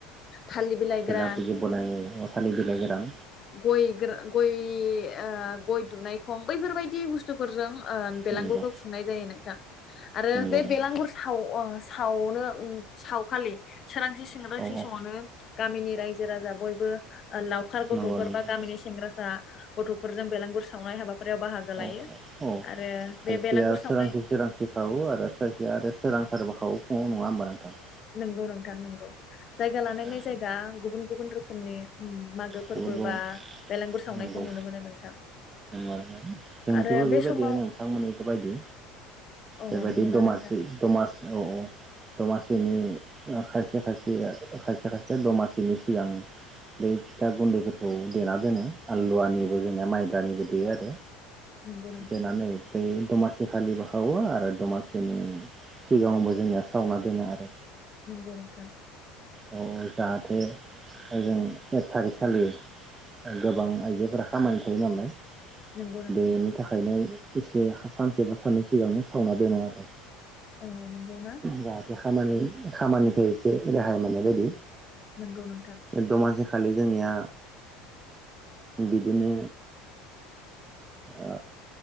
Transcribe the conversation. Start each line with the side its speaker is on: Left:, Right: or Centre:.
Left: थालिर बिलाइ
Right: थेला
Left: ग्रान
Right: बुजि बनायनाय जायो अ थालिर बिलाइ गोरान
Left: गय गोरा गय ओ गय दुनाय खं बैफोरबायदि बुस्थुजों ओ बेलांगुरखौ
Right: नंगौ
Left: खुंनाय जायो नोंथां आरो
Right: नंगौ नंगौ
Left: बेलांगुर साव ओ सावनो सावखालि सोरांसि सांसि
Right: औ औ
Left: समावनो गामिनि रायजो राजा बयबो लावखार गथ'फोर
Right: नंगौ नंगौ
Left: बा गामिनि सेंग्रासा गथ'फोरजों बेलांगुर सावनाय हाबाफारियाव बाहागो लायो
Right: औ औ
Left: आरो
Right: खायसेया
Left: बे बेलांगुर सावनाय
Right: सोरांसि सोरांसि सावो आरो खायसेया आरो सोरां सोरबाखौ फुड़ाव नङाहोमबा नोंथां?
Left: नंगौ नोंथां नोंगौ। जायगा लानानै
Right: औ
Left: जायगा गुबुन गुबुन रोखोमनि उम मागो फोरबो
Right: गुबुन गुबुन
Left: बा बेलेंगुर सावनायखौ
Right: नंगौ
Left: नुनो मोनो नोंथां।
Right: आरोना जोंथिबो
Left: आरो बे
Right: बेबायदि
Left: समाव
Right: नोंथांमोनिथ' बायदि
Left: अ
Right: बेबायदि
Left: नंगौना
Right: दमासि
Left: नोंथां
Right: दमासि औ औ दमासि बेनि खायसे खायसे खायसे खायसे दमासिनि सिगां बै फिथा गुन्दैफोरखौ देना दोनङो आलुवानिबो जोंनिना माइब्रानिबो देयो आरो।
Left: नंगौ नोंथां
Right: देनानै बे दमास सेखालिबो खावो आरो दमासिनि सिगाङबो जोंनिया सावना दोनो आरो।
Left: नंगौ नोंथां
Right: अ अ जाहाथे ओजों एक थारिखखालि गोबां आइजोफोरा खामानि थायो नालाय
Left: नंगौ नोंथां
Right: बेनि थाखायनो एसे सानसे बा साननै सिगांनो सावना दोनो आरो।
Left: अ नंगौना?
Right: जाहाथे खामानि खामानिफ्राय एसे रेहाय मोननाय बायदि।
Left: नंगौ नोंथां।
Right: दमासि खालि जोंनिया बिदिनो ओ